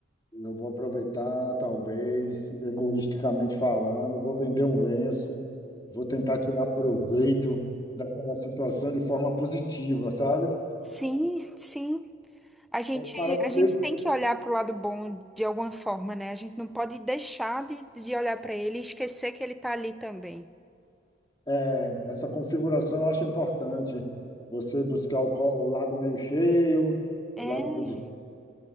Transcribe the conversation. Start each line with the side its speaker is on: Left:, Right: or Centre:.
Left: eu vou aproveitar, talvez, egoisticamente falando, vou vender um lenço, vou tentar tirar proveito daquela situação de forma positiva, sabe?
Centre: Sim, sim. A gente,
Left: Parece
Centre: a gente
Left: que
Centre: tem que olhar para o lado bom de alguma forma, né? A gente não pode deixar de, de olhar para ele e esquecer que ele tá ali também.
Left: é, essa configuração eu acho importante. Você buscar o, co- o lado meio cheio,
Centre: É.
Left: o lado positivo,